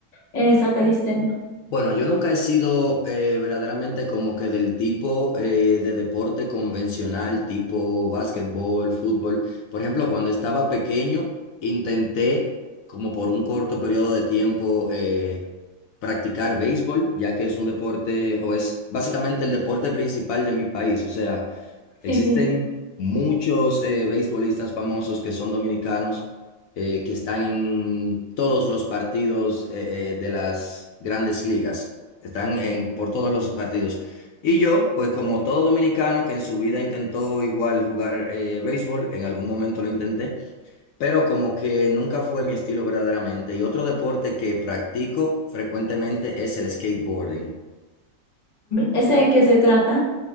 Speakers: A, on the left; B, on the left.
A: en esa calistenia.
B: Bueno, yo nunca he sido eh, verdaderamente como que del tipo eh, de deporte convencional, tipo básquetbol, fútbol. Por ejemplo, cuando estaba pequeño, intenté como por un corto periodo de tiempo eh, practicar béisbol, ya que es un deporte o es básicamente el deporte principal de mi país. O sea, Existen
A: Sí, sí.
B: muchos eh, beisbolistas famosos que son dominicanos, eh, que están en todos los partidos eh, eh, de las grandes ligas, están en, por todos los partidos. Y yo, pues como todo dominicano que en su vida intentó igual jugar eh, béisbol, en algún momento lo intenté, pero como que nunca fue mi estilo verdaderamente. Y otro deporte que practico frecuentemente es el skateboarding.
A: ¿Ese de qué se trata?